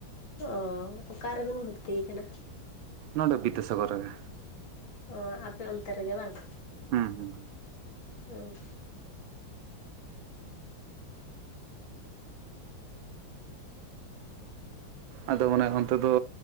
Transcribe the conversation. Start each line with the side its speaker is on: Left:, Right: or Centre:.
Left: ᱚ ᱚᱠᱟᱨᱮ ᱵᱤᱱ ᱵᱷᱩᱛᱛᱤᱭ ᱟᱠᱟᱱᱟ?
Right: ᱱᱚᱰᱮ ᱵᱤᱫᱫᱟᱥᱟᱜᱚᱨ ᱨᱮᱜᱮ᱾
Left: ᱚ ᱟᱯᱮ ᱚᱱᱛᱮ ᱨᱮᱜᱮ ᱵᱟᱝ᱾
Right: ᱦᱮᱸ ᱦᱮᱸ᱾
Left: ᱩᱸᱻ
Right: ᱟᱫᱚ ᱢᱟᱱᱮ ᱚᱱᱛᱮ ᱫᱚᱻ